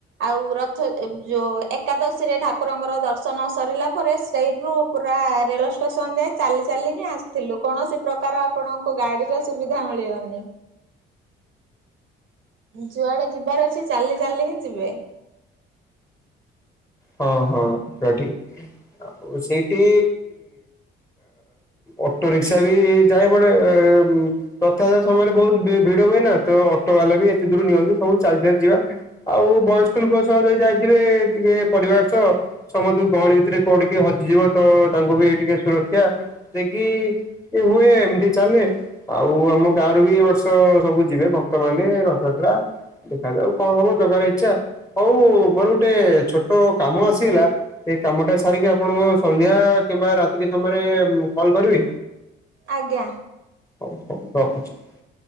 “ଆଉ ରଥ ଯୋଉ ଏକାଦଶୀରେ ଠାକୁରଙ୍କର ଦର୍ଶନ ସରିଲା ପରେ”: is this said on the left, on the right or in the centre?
Right